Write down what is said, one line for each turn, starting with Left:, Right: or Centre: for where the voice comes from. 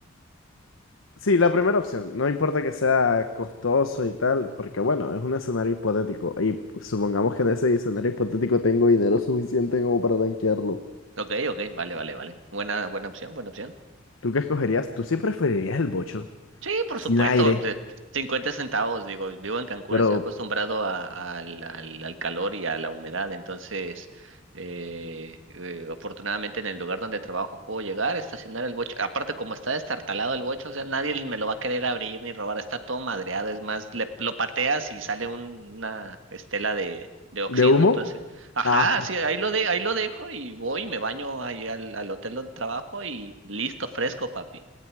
Left: Sí, la primera opción. No importa que sea costoso y tal, porque bueno, es un escenario hipotético. Y pues, supongamos que en ese escenario hipotético tengo dinero suficiente como para tanquearlo.
Right: Ok, ok, vale, vale, vale. Buena, buena opción, buena opción.
Left: ¿Tú qué escogerías? Tú sí preferirías el bocho,
Right: Sí, por
Left: sin
Right: supuesto,
Left: aire,
Right: de- 50 centavos, digo, vivo en Cancún,
Left: pero
Right: estoy acostumbrado a- al, al- al calor y a la humedad, entonces, eh, eh, afortunadamente en el lugar donde trabajo puedo llegar, estacionar el bocho, aparte como está destartalado el bocho, o sea, nadie me lo va a querer abrir ni robar, está todo madreado, es más, le- lo pateas y sale un- una estela de, de óxido,
Left: ¿de humo?
Right: entonces, ajá,
Left: Ah,
Right: sí, ahí lo, de, ahí lo dejo y voy, me baño ahí al, al hotel donde trabajo y listo, fresco, papi,